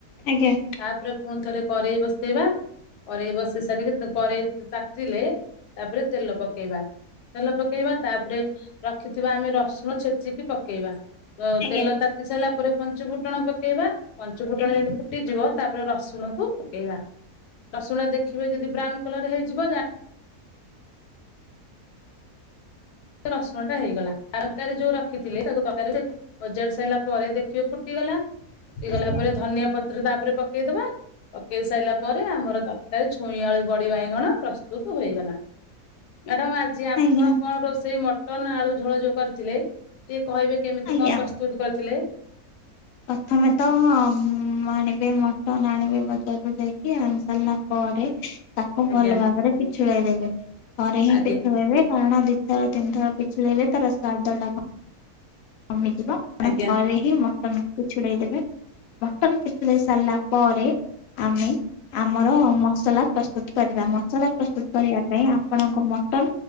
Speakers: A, on the left; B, on the left.
A: ଆଜ୍ଞା।
B: ତାପରେ ପୁଣି ଥରେ କରେଇ ବସେଇବା କରେଇ ବସି ସାରିକି କରେଇ ତାତିିଲେ ତାପରେ ତେଲ ପକେଇବା। ତେଲ ପକେଇବା ତାପରେ ରଖିଥିବା ଆମେ ରସୁଣ ଛେଚିକି ପକେଇବା ତେଲ
A: ଆଜ୍ଞା
B: ତାତି ସାରିଲା ପରେ ପଞ୍ଚ ଫୁଟଣ ପକେଇବା ପଞ୍ଚୁ ଫୁଟଣ
A: ଆଜ୍ଞା ଆଜ୍ଞା
B: ଯେମିତି ଫୁଟିଯିବ ତାପରେ ରସୁଣକୁ ପକେଇବା ରସୁଣ ଦେଖିବେ ଯଦି ବ୍ରାଉନ କଲର ହେଇଯିବ ଯା ସେ ରସୁଣ ଟା ହେଇଗଲା ତରକାରୀ ଯୋଉ ରଖିଥିଲି ତାକୁ ତରକାରୀ ଅଜାଡ଼ି ସାଇଲା ପରେ ଦେଖିବ ଫୁଟିଗଲା ଫୁଟିଗଲା
A: ଆଜ୍ଞା
B: ପରେ ଧନିଆ ପତ୍ର ତାପରେ ପକେଇଦବା ପକେଇ ସାରିଲା ପରେ ଆମର ତରକାରୀ ଛୁଇଁ ଆଳୁ ବଡି ବାଇଗଣ ପ୍ରସ୍ତୁତୁ ହୋଇଗଲା। ମ୍ୟାଡ଼ାମ ଆଜି ଆପଣ
A: ଆଜ୍ଞା
B: କଣ ରୋଷେଇ ମଟନ ଆଳୁ ଝୋଳଝୋ କରିଥିଲେ ଟିକେ କହିବେ? କେମିତି
A: ଆଜ୍ଞା
B: କଣ ପ୍ରସ୍ତୁତ କରିଥିଲେ?
A: ପ୍ରଥମେ ତ ଆଣିବେ ମଟନ ଆଣିବେ ବଜାରରୁ ଯାଇକି ଆଣି ସାରିଲା ପରେ ତାକୁ
B: ଆଜ୍ଞା
A: ଭଲ ଭାବରେ ପିଛୁଳେଇ ଦେବେ ପରେଥରେ ହିଁ
B: ଆଜ୍ଞା
A: ପିଛୁଳେଇବେ କାରଣ ଦି ଦି ଥର ତିିନି ଥର ପିଛେଲେଇଲେ ତାର ସ୍ୱାଦ ଟା କମିଯିବ ଆପଣ
B: ଆଜ୍ଞା
A: ଥରେ ହିଁ ମଟନ୍ ପିଛେଳେଇ ଦେବେ ମଟନ୍ ପିଛେଳେଇ ସାରିଲା ପରେ ଆମେ ଆମର ମସଲା ପ୍ରସ୍ତୁତ କରିବା ମସଲା ପ୍ରସ୍ତୁତ କରିବା ଆପଣଙ୍କ ମଟନ?